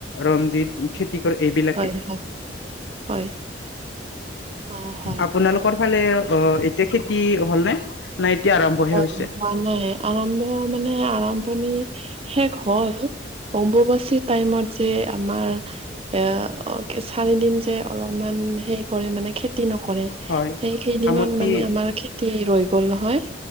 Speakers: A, on the left; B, on the right.
A: ৰঞ্জিত কি কৰে এই বিল
B: হয় হয় হয়। অ হয়
A: আপোনালোকৰ ফালে অ' এতিয়া খেতি হ'লনে? নাই, এতিয়া আৰম্ভহে
B: হয়,
A: হৈছে।
B: হোৱা নাই আৰম্ভ মানে আৰম্ভণি শেষ হল অম্বুবাচিৰ টাইমত যে আমাৰ এ, চাৰি দিন যে অলপমান হে কৰে মানে খেতি নকৰে
A: হয়
B: সেই কেইদিনত
A: আমতি
B: মানে আমাৰ খে তি ৰৈ গল নহয়,